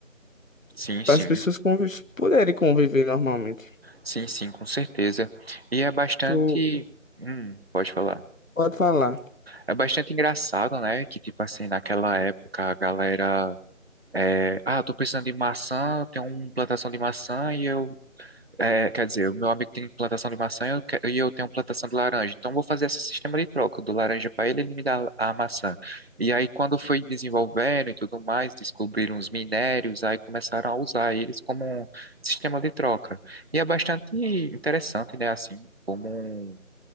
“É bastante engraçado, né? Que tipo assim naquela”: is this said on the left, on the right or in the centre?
Right